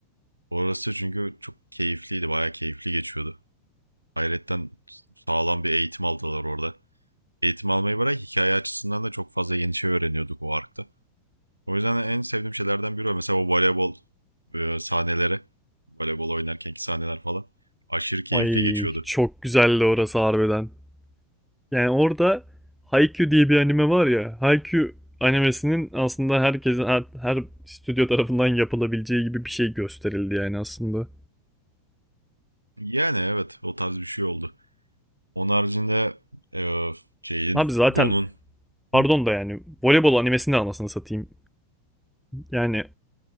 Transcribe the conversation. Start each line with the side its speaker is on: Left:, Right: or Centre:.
Right: Orası çünkü çok keyifliydi. Bayağı keyifli geçiyordu. Hayretten sağlam bir eğitim aldılar orada. Eğitim almayı bırak hikaye açısından da çok fazla yeni şey öğreniyorduk o arkta. O yüzden de en sevdiğim şeylerden biri o. Mesela o voleybol e, sahneleri. Voleybol oynarkenki sahneler falan. Aşırı keyifli
Centre: Ay
Right: geçiyordu.
Centre: çok güzeldi orası harbiden. Yani orada Haikyuu diye bir anime var ya. Haikyuu animesinin aslında herkesin her, her stüdyo tarafından yapılabileceği gibi bir şey gösterildi yani aslında.
Right: Yani evet o tarz bir şey oldu. Onun haricinde e, şeyin,
Centre: Abi zaten
Right: Gon'un <laughs>
Centre: pardon
Right: Hı.
Centre: da yani voleybol animesini de anasını satayım. Yani